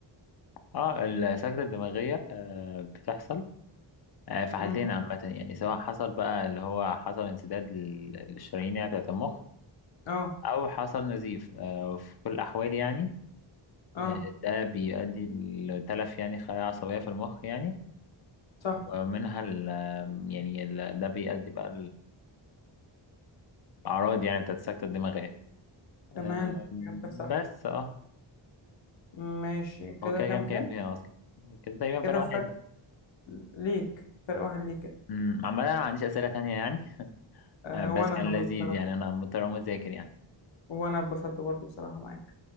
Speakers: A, on the left; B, on the left.
A: اه السكتة الدماغية آه بتحصل آه في حالتين
B: امم
A: عامة يعني سواء حصل بقى اللي هو حصل انسداد لل- للشرايين يعني بتاعة المخ
B: اه
A: أو حصل نزيف آه وفي كل الأحوال يعني
B: اه
A: آه ده بيؤدي لتلف يعني خلايا عصبية في المخ يعني
B: صح
A: ومنها ال يعني ال ده بيؤدي بقى الأعراض يعني بتاعة السكتة الدماغية
B: تمام
A: أم،
B: إجابتك صح
A: بس اه
B: ماشي كده
A: هو كده
B: كام
A: كام
B: كام
A: كام كده اصلا كده تقريبا فرق
B: كده
A: واحد
B: فرق ليك فرق واحد ليك كده
A: أمم، عامة انا ما عنديش اسئلة تانية يعني
B: أه
A: أه، بس
B: وأنا
A: كان
B: خلاص
A: لذيذ
B: بصراحة
A: يعني انا مضطر اقوم اذاكر يعني
B: وأنا اتبسطت برضو بصراحة معاك